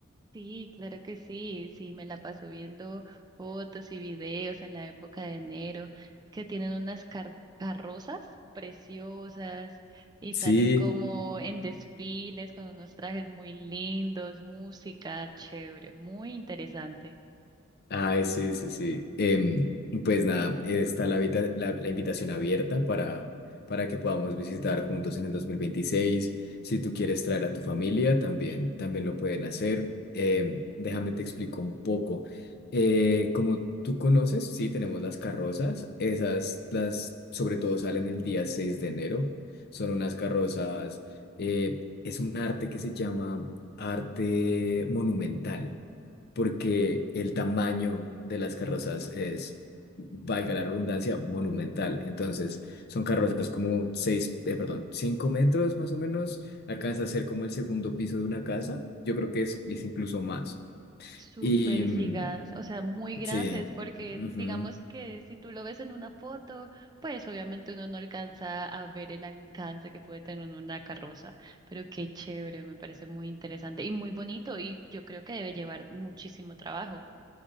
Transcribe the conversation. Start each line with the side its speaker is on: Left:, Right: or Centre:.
Right: Sí, claro que sí. Sí, me la paso viendo fotos y videos en la época de enero que tienen unas car- carrozas preciosas y
Left: sí
Right: salen como en desfiles con unos trajes muy lindos, música chévere, muy interesante.
Left: Ay, sí, sí, sí. Em, pues nada, está la, vita- la, la invitación abierta para, para que podamos visitar juntos en el dos mil veintiséis Si tú quieres traer a tu familia, también, también lo pueden hacer. Em, déjame te explico un poco. Eh, como tú conoces, sí, tenemos las carrozas. Esas, las, sobre todo, salen el día 6 de enero. Son unas carrozas. eh, es un arte que se llama arte monumental porque el tamaño de las carrozas es, valga la redundancia, monumental. Entonces, son carrozas como seis, eh, perdón, cinco metros más o menos, alcanza a ser como el segundo piso de una casa. Yo creo que es, es incluso más.
Right: súper
Left: Y mm,
Right: gigas, o sea, muy grandes,
Left: sí,
Right: porque
Left: ujú.
Right: digamos que si tú lo ves en una foto, pues obviamente uno no alcanza a ver el alcance que puede tener una carroza, pero qué chévere, me parece muy interesante y muy bonito y yo creo que debe llevar muchísimo trabajo.